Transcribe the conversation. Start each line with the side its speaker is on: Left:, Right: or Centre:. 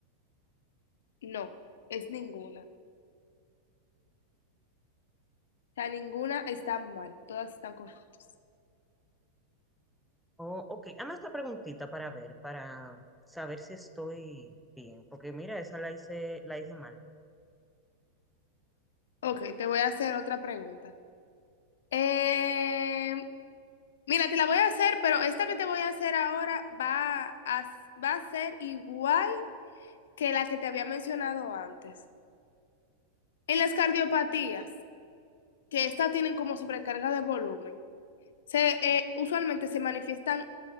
Left: No, es ninguna. sea, ninguna está mal, todas están correctas.
Centre: Oh, ok, hazme esta preguntita para ver, para saber si estoy bien, porque mira, esa la hice, la hice mal.
Left: Ok, te voy a hacer otra pregunta. Eh, mira, te la voy a hacer, pero esta que te voy a hacer ahora va a, va a ser igual que la que te había mencionado antes. En las cardiopatías, que estas tienen como sobrecarga de volumen, se, eh, usualmente se manifiestan